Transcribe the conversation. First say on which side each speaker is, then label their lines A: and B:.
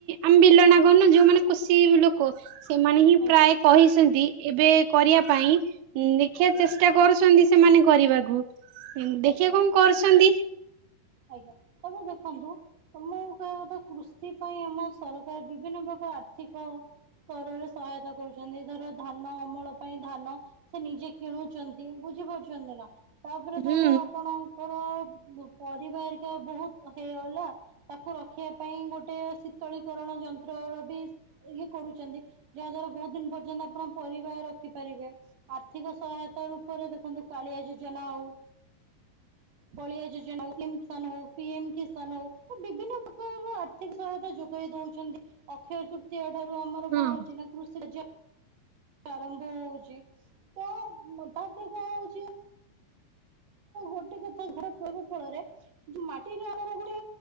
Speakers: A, on the right; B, on the right.
A: ଆମେ ବିଲ ନା କରୁନୁ ଯୋଉମାନେ କୃଷି ଲୋକ ସେମାନେ ହିଁ
B: ଆଜ୍ଞା
A: ପ୍ରାୟ କହିଛନ୍ତି ଏବେ କରିବା ପାଇଁ ଦେଖିବା ଚେଷ୍ଟା
B: ଆଜ୍ଞା
A: ଚେଷ୍ଟା କରୁସନ୍ତି ସେମାନେ କରିବାକୁ ଦେଖିଆ
B: ଆଜ୍ଞା
A: କଣ କରୁଛନ୍ତି।
B: ଆଜ୍ଞା ତାପରେ ଦେଖନ୍ତୁ ତ ମୁଁ କହିବା କଥା କୃଷି ପାଇଁ ଆମ ସରକାର ବିଭିନ୍ନ ପ୍ରକାର ଆର୍ଥିକ ସ୍ତରରେ ସହାୟତା କରୁଛନ୍ତି ଧର ଧାନ ଅମଳ ପାଇଁ ଧାନ ସେ ନିଜେ କିଣୁଛନ୍ତି ବୁଝିପାରୁଛନ୍ତି ନା ତାପରେ
A: ହଁ
B: ଧର ଆପଣଙ୍କର ପରିବା ହେରିକା ବହୁତ ହେଇଗଲା ତାକୁ ରଖିବା ପାଇଁ ଗୋଟେ ଶୀତଳୀକରଣ ଯନ୍ତ୍ର ର ବି ଇଏ କରୁଛନ୍ତି ଯାହା ଦ୍ଵାରା ବହୁତ ଦିନ ପର୍ଯ୍ୟନ୍ତ ଆପଣ ପରିବା ରଖିପାରିବେ। ଆର୍ଥିକ ସହାୟତା ରୂପରେ ଦେଖନ୍ତୁ କାଳିଆ ଯୋଜନା ଆଉ ବଳିଆ ଯୋଜନା ହଉ, ପି ଏମ୍ କିଷାନ ହଉ, ସି ଏମ୍ କିଷାନ ହଉ ବିଭିନ୍ନ ପ୍ରକାରର ଆର୍ଥିକ ସହାୟତା ଯୋଗାଇ ଦଉଚନ୍ତି। ଅକ୍ଷୟ ତୃତୀୟ ଠାରୁ ଆମର
A: ହଁ
B: କଣ ହଉଛି, ନା କୃଷି କାର୍ଯ୍ୟ ଆରମ୍ଭ ହଉଛି। ତ, ତା ପୂର୍ବରୁ ହଉଚି ଗୋଟେ କଥା <unintelligible> ଯୋଉ ମାଟିରେ ଆମର ଗୋଟେ